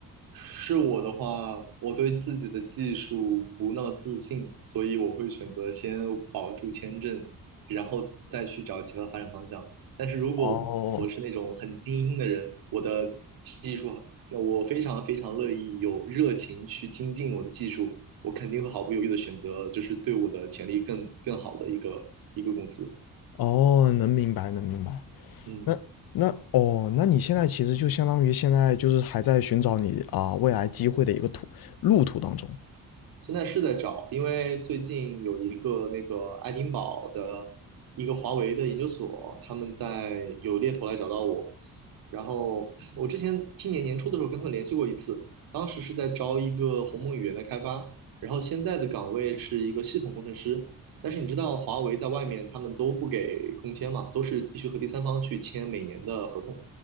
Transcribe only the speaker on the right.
是我的话，我对自己的技术不那么自信，所以我会选择先保住签证，然后再去找其他发展方向。但是如果我是那种很精英的人，
我的技术，我非常非常乐意有热情去精进我的技术，我肯定会毫不犹豫的选择，就是对我的潜力更更好的一个一个公司。
嗯。
现在是在找，因为最近有一个那个爱丁堡的一个华为的研究所，他们在有猎头来找到我，然后我之前今年年初的时候跟他们联系过一次，当时是在招一个鸿蒙语言的开发，然后现在的岗位是一个系统工程师，但是你知道华为在外面他们都不给工签嘛，都是必须和第三方去签每年的合同，